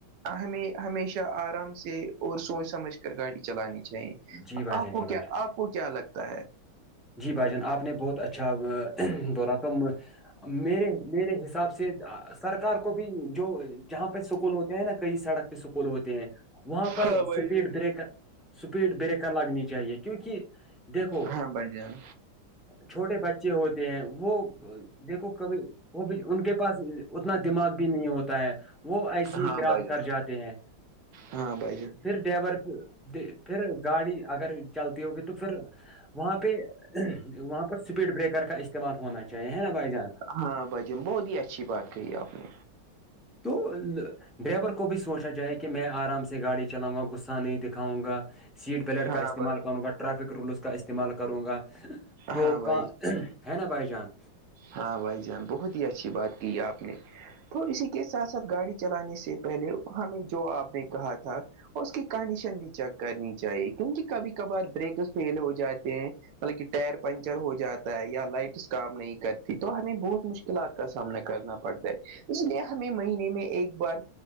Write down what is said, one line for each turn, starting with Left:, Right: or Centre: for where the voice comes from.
Right: ہمیں ہمیشہ آرام سے اور سوچ سمجھ کر گاڑی چلانی چاہیے
Centre: جی بھائی
Right: آپ
Centre: جان
Right: کو
Centre: جی بھائی
Right: کیا
Centre: جان
Right: آپ کو کیا لگتا ہے
Centre: جی بھائی جان آپ نے بہت اچھا بولا توم میرے میرے حساب سے سرکار کو بھی جو جہاں پہ سکول ہوتے ہیں نا کئی سڑک پہ سکول ہوتے ہیں وہاں پر
Right: ہاں
Centre: اسپیڈ
Right: بھائی جان
Centre: بریکر اسیڈ بریکر لگنی چاہیے کیونکہ دیکھو
Right: ہاں بھائی جان
Centre: چھوٹے بچے ہوتے ہیں وہ دیکھو کبھی وہ بھی ان کے پاس اتنا دماغ بھی نہیں ہوتا ہے وہ ایسے ہی
Right: ہاں بھائی
Centre: گاس
Right: جان
Centre: کر جاتے ہیں
Right: ہاں بھائی جان
Centre: ڈرائیور پھر گاڑی اگر چلتی ہوگی تو پھر وہاں پہ وہاں پر اسپیڈ بریکر کا استعمال ہونا چاہیے ہے نا بھائی جان
Right: ہاں بھجم بہت ہی اچھی بات کہی آپ نے
Centre: تو ڈرائیور کو بھی سوچنا چاہے کہ میں آرام سے گاڑی چلاؤں گا غصہ نہیں دکھاؤں گا سیٹ بیلٹ
Right: ہاں
Centre: کا استعمال
Right: بھائی
Centre: کروں گا ٹریفک رولس کا استعمال کروں گا تو
Right: ہاں بھائی
Centre: کا ہے نا بھائی جان
Right: ہاں بھائی جان بہت ہی اچھی بات کی آپ نے تو اسی کے ساتھ ساتھ گاڑی چلانے سے پہلے ہمیں جو آپ نے کہا تھا اور اس کی کنڈیشن بھی چیک کرنی چاہیے کیونکہ کبھی کبھار بریک فیل ہو جاتے ہیں پہلے ک ٹائیر پنچر ہو جاتا ہے یا لائٹس کام نہیں کرتی تو ہمیں بہت مشکلات کا سامنا کرنا پڑتا ہے اس لیے ہمیں مہینے میں ایک بار